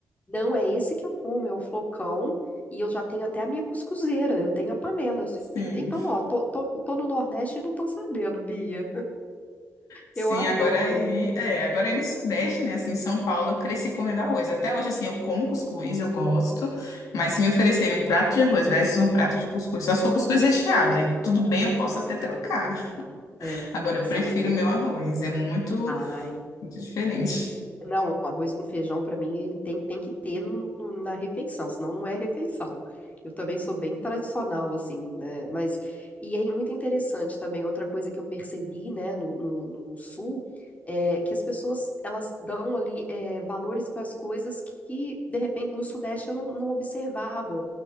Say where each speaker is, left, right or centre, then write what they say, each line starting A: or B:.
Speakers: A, on the left; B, on the left.
A: não é esse que eu como, é o flocão. E eu já tenho até a minha cuscuzeira, eu tenho a panela. eu sei-
B: Sim.
A: ent- então, ó, tô, tô, tô no Nordeste e não tô sabendo, Bia.
B: Sim,
A: Eu adoro.
B: agora aí, é, agora aí no Sudeste, né? Assim, em São Paulo, eu cresci comendo arroz. Até hoje, assim, eu como cuscuz, eu gosto. Mas se me oferecerem um prato de arroz versus um prato de cuscuz, só se for cuscuz recheado, aí tudo bem, eu posso
A: Ai, sim.
B: até trocar.
A: É,
B: Agora,
A: nossa,
B: eu prefiro
A: é uma delícia.
B: o meu arroz. É muito,
A: Ai,
B: muito
A: sim.
B: diferente.
A: Não, arroz com feijão pra mim ele tem, tem que ter no- no- na refeição, senão não é refeição. Eu também sou bem tradicional, assim, né? Mas, e é muito interessante também, outra coisa que eu percebi, né, no, no- no Sul, é que as pessoas, elas dão ali é, valores para as coisas que, de repente, no Sudeste eu não, não observava,